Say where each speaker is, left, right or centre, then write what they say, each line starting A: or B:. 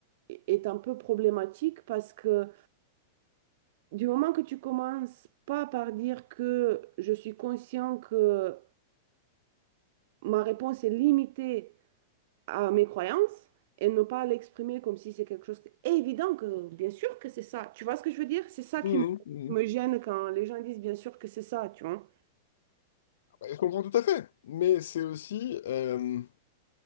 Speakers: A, on the right; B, on the left.
A: est un peu problématique parce que du moment que tu commences pas par dire que je suis conscient que ma réponse est limitée à mes croyances et ne pas l'exprimer comme si c'est quelque chose évident que bien sûr que c'est ça. Tu vois ce que je veux dire? C'est ça
B: Mhm,
A: qui me
B: mhm.
A: me gêne quand les gens disent bien sûr que c'est ça, tu vois.
B: Bah, Je comprends tout à fait, mais c'est aussi euh,